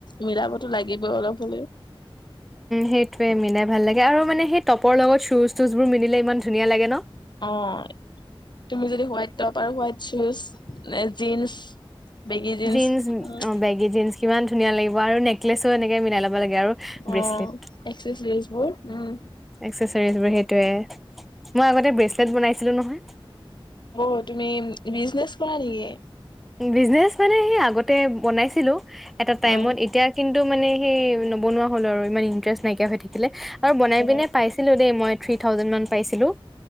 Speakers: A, on the left (about 50°); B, in the centre.
A: মিলাবতো লাগিবই অলপ হ'লে।
B: সেইটোৱে মিলাই ভাল লাগে, আৰু মানে সেই টপৰ লগত শ্বুজ তুজবোৰ মিলিলে ইমান ধুনীয়া লাগে ন?
A: অ' তুমি যদি হোৱাইট টপ আৰু হোৱাইট শ্বুজ নে জিন্চ বেগী জীঞ্চ--অ'
B: জিন্স অ', বেগী জিঞ্চ কিমান ধুনীয়া লাগিব, আৰু নেক্লেছো এনেকে মিলাই ল'ব লাগে আৰু। ব্ৰেচলেট
A: অ' এক্সেচ ড্ৰেচ বোৰ, উম'।
B: এক্সেচ ড্ৰেচবোৰ সেইটোয়ে, মই আগতে ব্ৰেচলেট বনাইছিলোঁ নহয়।
A: অ' তুমি বিজনেছ কৰা নেকি?
B: বিজনেচ মানে সেই আগতে বনাইছিলোঁ এটা টাইমত,
A: অ
B: এতিয়া কিন্তু মানে সেই নবনোৱা হ'লো আৰু, ইমান ইন্টাৰেষ্ট নাইকিয়া হৈ থাকিলে, আৰু বনাই
A: অ
B: বনাই পাইছ পাইছিলোঁ দেই, মই থ্ৰী থাউজেণ্ড মান পাইছিলোঁ।